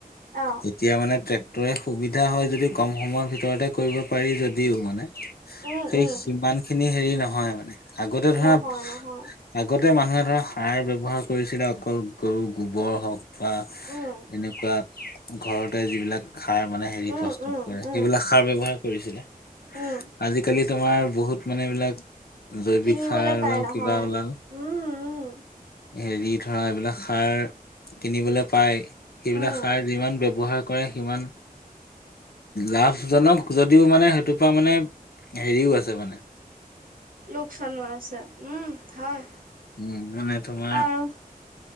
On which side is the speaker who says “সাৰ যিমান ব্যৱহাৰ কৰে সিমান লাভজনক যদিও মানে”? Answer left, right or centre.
Left